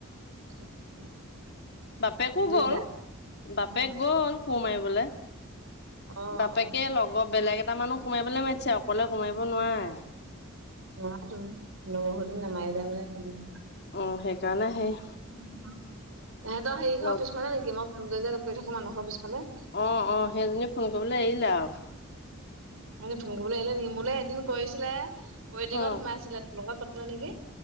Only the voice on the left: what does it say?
বাপেকো
গ'ল বাপেক
গ'ল কোৰ মাৰিবলে।
বাপেকে লগৰ বেলেগ এটা মানুহ কোৰ মাৰিবলে মাতিছে অকলে কোৰ মাৰিব নোৱাৰে।
অ, সেইকাৰণে সেই
লগ
অ', অ', সেইজনীয়ে ফোন কৰিবলে এৰিলে আৰু।
অ